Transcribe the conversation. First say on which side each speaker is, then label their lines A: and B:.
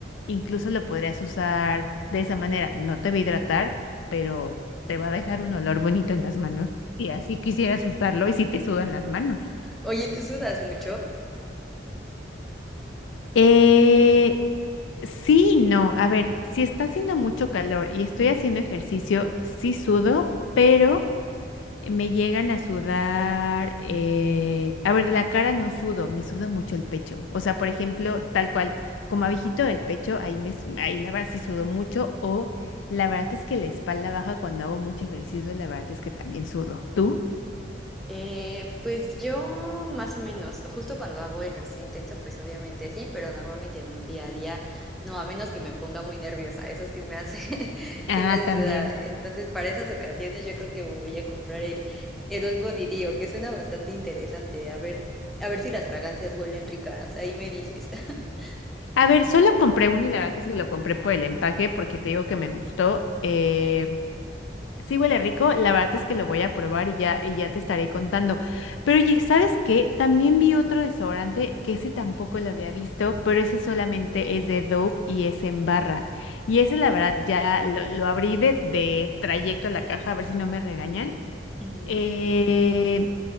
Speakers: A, on the left; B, in the centre.
A: incluso lo podrías usar de esa manera. No te va a hidratar, pero te va a dejar un olor bonito en las manos. Y así quisieras usarlo y si te sudan las manos.
B: Oye, ¿tú sudas mucho?
A: Eh, sí, y no. A ver, si está haciendo mucho calor y estoy haciendo ejercicio, sí sudo, pero Me llegan a sudar, eh, a ver, de la cara no sudo, me suda mucho el pecho. O sea, por ejemplo, tal cual, como abejito del pecho, ahí me, su- ahí la verdad sí sudo mucho, o la verdad es que la espalda baja cuando hago mucho ejercicio, la verdad es que también sudo. ¿Tú?
B: Eh, pues yo más o menos, justo cuando hago ejercicio intenso, pues obviamente sí, pero normalmente en un día a día, no, a menos que me ponga muy nerviosa, eso sí me hace, <laughs>
A: Ah,
B: sí me hace
A: también.
B: sudar. Entonces, para esas ocasiones yo creo que voy a comprar el el All Body Dio, que suena bastante interesante. A ver, a ver si las fragancias huelen ricas, ahí me dices. <laughs>
A: A ver, solo compré uno y la verdad es que lo compré por el empaque porque te digo que me gustó. eh, Sí huele rico, la verdad es que lo voy a probar y ya, y ya te estaré contando. Pero oye, ¿sabes qué? También vi otro desodorante que ese tampoco lo había visto, pero ese solamente es de Dove y es en barra. Y ese la verdad ya lo, lo abrí de, de trayecto a la caja a ver si no me regañan.
B: Ujú.
A: Eh,